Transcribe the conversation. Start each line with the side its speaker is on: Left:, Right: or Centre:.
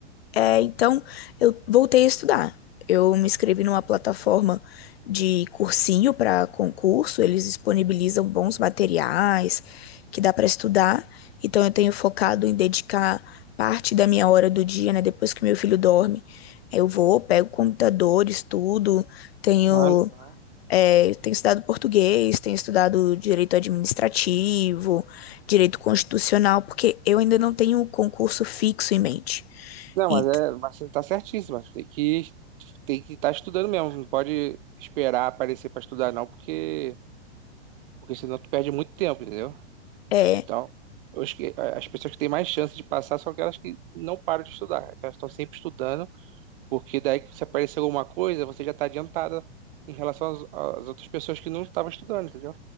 Left: é, então eu voltei a estudar. Eu me inscrevi numa plataforma de cursinho para concurso, eles disponibilizam bons materiais que dá para estudar. Então eu tenho focado em dedicar parte da minha hora do dia, né, depois que meu filho dorme. Eu vou, pego o computador, estudo, tenho
Right: Ah, legal.
Left: É, tenho estudado português, tenho estudado direito administrativo, direito constitucional, porque eu ainda não tenho um concurso fixo em mente.
Right: Não,
Left: E,
Right: mas, é, mas você tá certíssimo. mas Tem que tem que estar estudando mesmo. Não pode esperar aparecer para estudar, não, porque, porque senão tu perde muito tempo, entendeu?
Left: é,
Right: Então, eu acho que as pessoas que têm mais chance de passar são aquelas que não param de estudar. Elas estão sempre estudando, porque daí que se aparecer alguma coisa, você já tá adiantada em relação às, às outras pessoas que não estavam estudando, entendeu?